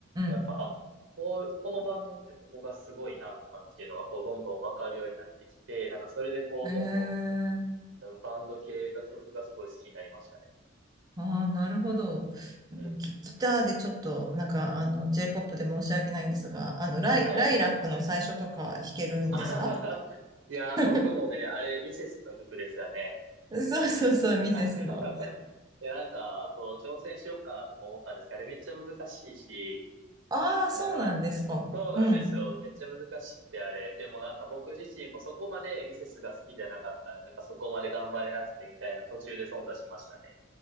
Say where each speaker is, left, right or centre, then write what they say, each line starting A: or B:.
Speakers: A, on the right; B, on the right.
A: やっぱ、
B: ん。
A: あ、こう、このバンドってここがすごいなとかっていうのが、こう、どんどんわかるようになってきて、なんかそれでこう、
B: ええ
A: どんどん、バンド系が曲がすごい好きになりましたね。
B: ああ、なるほど。
A: うん。
B: ギ、ギターでちょっと、なんか、あの、J-POP で申し訳ないんですが、あの、ライ、
A: はい。
B: ライラックの最初とか弾けるんですか
A: <laughs> あはははいや、
B: <laughs>
A: 僕もね、あれ、ミセスの曲ですよね。
B: そうそうそう、ミセスの。
A: <laughs> あでなんか、こう、挑戦しようかなとか思ったんですけど、あれめっちゃ難しいし、
B: ああ、そうなんですか。
A: なんか、そうなんですよ。
B: うん。
A: めっちゃ難しくて、あれ。でもなんか僕自身もそこまでミセスが好きじゃなかったんで、なんかそこまで頑張れなくてみたいな途中で頓挫しましたね。